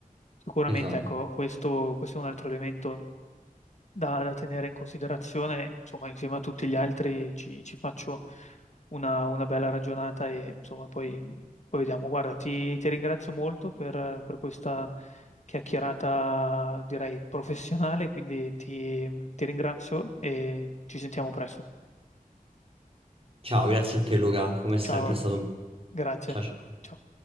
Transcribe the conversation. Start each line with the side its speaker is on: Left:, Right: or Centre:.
Left: sicuramente
Right: Esatto.
Left: ecco, questo questo è un altro elemento da, da tenere in considerazione, insomma, insieme a tutti gli altri ci, ci faccio una, una bella ragionata e insomma poi, poi vediamo. Guarda, ti, ti ringrazio molto per, per questa chiacchierata, direi, professionale, quindi ti ti ringrazio e ci sentiamo presto.
Right: Ciao, grazie a te Luca, come sempre
Left: Ciao,
Right: è stato un...
Left: grazie.
Right: Ciao ciao.
Left: Ciao.